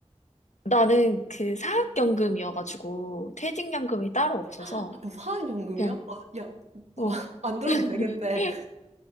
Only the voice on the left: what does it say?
나는 그 사학연금이어가지고 퇴직연금이 따로 없어서
그냥
어
<laughs>